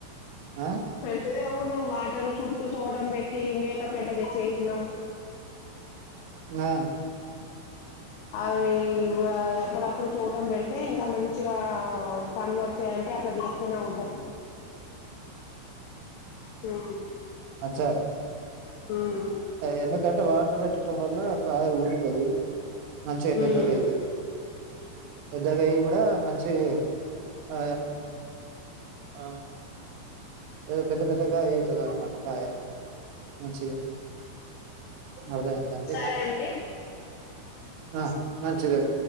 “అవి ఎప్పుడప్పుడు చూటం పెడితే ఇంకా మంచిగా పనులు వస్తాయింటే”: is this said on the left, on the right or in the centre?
Left